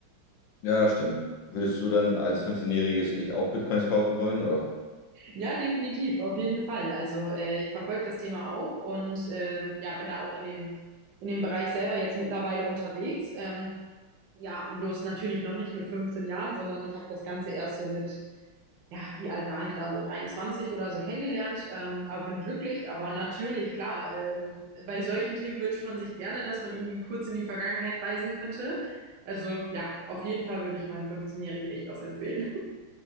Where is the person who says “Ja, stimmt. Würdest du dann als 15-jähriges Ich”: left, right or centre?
Left